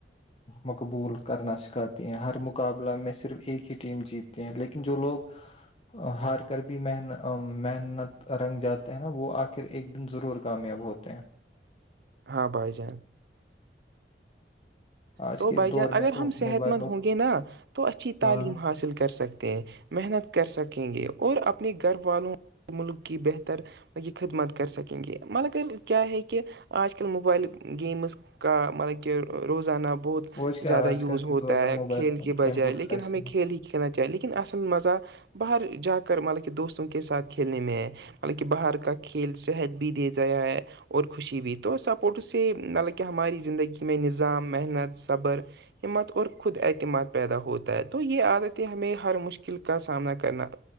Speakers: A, on the left (about 35°); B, on the right (about 65°).
A: مقبول کرنا سکھاتی ہیں ہر مقابلہ میں صرف ایک ہی ٹیم جیت تی ہیں لیکن جو لوگ ہار کر بھی من محن نت رنگ جاتے ہیں نا وہ آخر ایک دن ضرور کامیاب ہوتے ہیں
B: ہاں بھائی جان
A: آج
B: تو
A: کے
B: بھائی جان
A: دور
B: اگر
A: میں تو
B: ہم صحت
A: موبائل
B: مند
A: اور
B: ہوں گے نا تو اچھی
A: ہاں
B: تعلیم حاصل کر سکتے ہیں محنت کر سکیں گے اور اپنے گھر والوں ملک کی بہتر یہ خدمت کر سکیں گے مگر کے کیا ہے کہ آج کل موبائل گیمز کا مطلب کہ روزانہ بہت
A: وہ کیا
B: زیادہ
A: آج
B: یوز
A: کل
B: ہوتا
A: کے دور میں
B: ہے
A: موبائل
B: کھیل
A: فون
B: کے بجائے
A: کمپیوٹر
B: لیکن
A: کا استعمال
B: ہمیں کھیل ہی کھیلنا چاہیے لیکن اصل مزہ باہر جا کر مطلب کہ دوستوں کے ساتھ کھیلنے میں مطلب کہ باہر کا کھیل صحت بھی دے گیا ہے اور خوشی بھی تو سپورٹس سے مطلب کہ ہماری زندگی میں نظام محنت صبر ہمت اور خود اعتماد پیدا ہوتا ہے تو یہ عادتیں ہمیں ہر مشکل کا سامنا کرنا